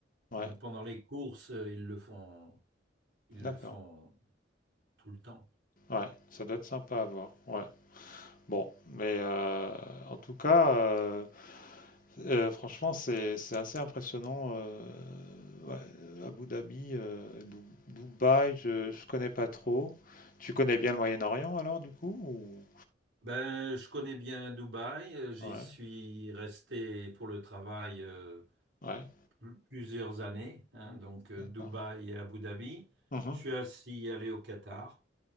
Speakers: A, on the left; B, on the right.
A: ouais,
B: Donc pendant les courses, euh, ils le font, ils
A: d'accord.
B: le font tout le temps.
A: Ouais, ça doit être sympa à voir. Ouais. Bon, mais euh, en tout cas, euh, euh, franchement, c'est c'est assez impressionnant. euh, ouais, Abu Dhabi, euh, Dou- Dubaï, je je connais pas trop. Tu connais bien le Moyen-Orient alors du coup ou-
B: Ben, je connais bien Dubaï, euh, j'y
A: Ouais,
B: suis resté pour le travail euh,
A: ouais,
B: pl- plusieurs années, hein. donc euh,
A: d'accord.
B: Dubaï et Abu Dhabi.
A: Mhm.
B: Je suis aussi allé au Qatar.